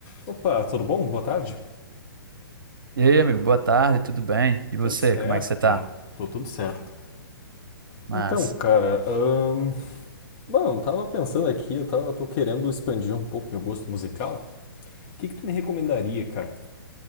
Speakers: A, on the left; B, on the right.
A: Opa, tudo bom? Boa tarde.
B: E aí, amigo, boa tarde, tudo bem? E você,
A: Tudo certo,
B: como é que você
A: cara.
B: tá?
A: Tô tudo certo.
B: Mas,
A: Então, cara, ahn, mano, tava pensando aqui, eu tava, tô querendo expandir um pouco meu gosto musical. O que que tu me recomendaria, cara?